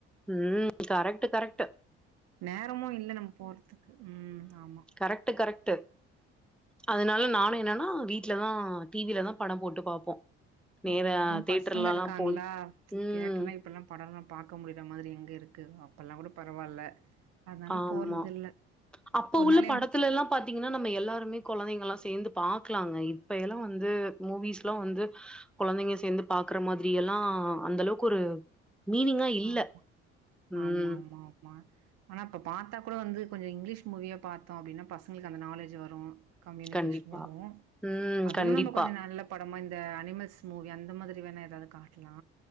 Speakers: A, in the centre; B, on the right.
A: ம் கரக்ட்டு கரக்ட்டு
B: நேரமு இல்ல நம்ம போறத்துக்கு ம் ஆமா
A: கரக்ட்டு கரக்ட்டு அதுனால நானு என்னன்னா வீட்லதா டி வி லதா படம் போட்டு பாப்போ நேர
B: ம் அதுவு
A: தேட்டர்லல்லா
B: பசங்க இருக்காங்களா
A: போய் ம்
B: தேட்ருல் லா இப்பல்லா படோல்லா பாக்க முடியற மாதிரி எங்க இருக்கு அப்பல்லாங்கூட பரவால்ல அதனால
A: ஆமா
B: போறதில்ல
A: அப்ப
B: ஒரு
A: உள்ள
B: நாள் எ
A: படத்துலெல்லா பாத்தீங்கன்னா நம்ம எல்லாருமே கொழந்தைங்கல்லா சேந்து பாக்கலாங்க இப்ப எல்லா வந்து மூவிஸ்ல்லா வந்து கொழந்தைங்க சேந்து பாக்கற மாதிரி எல்லா அந்தளவுக் ஒரு மீனிங்கா இல்ல
B: ஆமா
A: ம்
B: ஆமா ஆமா ஆமா ஆனா இப்ப பாத்தா கூட வந்து கொஞ்ச இங்கிலீஷ் மூவியா பாத்தோ அப்டினா பசங்களுக்கு அந்த நாலேஜு வரு கம்யூனிகேஷன்
A: கண்டிப்பா
B: வரு
A: ம்
B: அதையு
A: கண்டிப்பா
B: நம்ம கொஞ்ச நல்ல படமா இந்த அனிமல்ஸ் மூவி அந்த மாதிரி வேணா எதாவ்து காட்லா